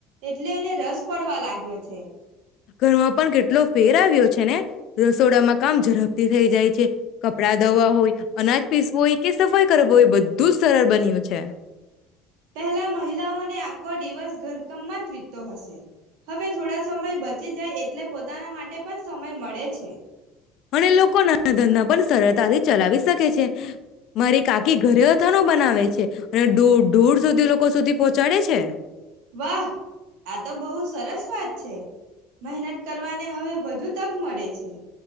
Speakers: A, on the right; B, on the left.
A: એટલે એને રસ પડવા લાગ્યો છે.
B: ઘરમાં પણ કેટલો ફેર આવ્યો છે ને, રસોડામાં કામ ઝડપ થી થઈ જાય છે. કપડાં ધોવા, હોય અનાજ પીસવું હોય કે સફાઈ કરવુ હોય બધું જ સરળ બન્યું છે.
A: પહેલા મહિલાઓને આખો દિવસ ઘરકમમાં જ વીતતો હશે, હવે થોડા સમય બચી જાય એટલે પોતાના માટે પણ સમય મળે છે.
B: અને લોકો નાના ધંધા પણ સરળ તાથી ચલાવી શકે છે. મારી કાકી ઘરે અથાનું બનાવે છે અને દૂર દૂર સુધી લોકો સુધી પહોંચાડે છે.
A: વાહ! આ તો બહુ સરસ વાત છે, મહેનત કરવાને હવે વધુ તક મળે છે.